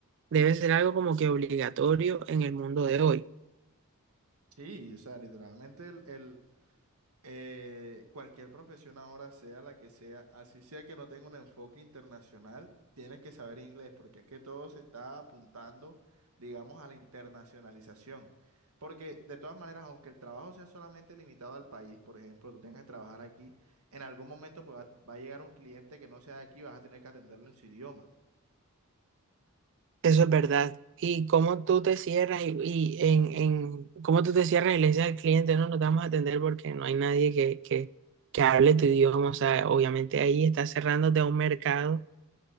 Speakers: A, on the right; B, on the right.
A: debe ser algo como que obligatorio en el mundo de hoy.
B: Sí, o sea, literalmente el, el, eh, cualquier profesión ahora, sea la que sea, así sea que no tenga un enfoque internacional, tienes que saber inglés, porque es que todo se está apuntando, digamos, a la internacionalización. Porque de todas maneras, aunque el trabajo sea solamente limitado al país, por ejemplo, tú tengas que trabajar aquí, en algún momento pues, va, va a llegar un cliente que no sea de aquí, vas a tener que atenderlo en su idioma.
A: Eso es verdad. Y cómo tú te cierras y, y en, en cómo tú te cierras y le dices al cliente, no, no te vamos a atender porque no hay nadie que, que, que hable tu idioma. O sea, obviamente ahí estás cerrándote a un mercado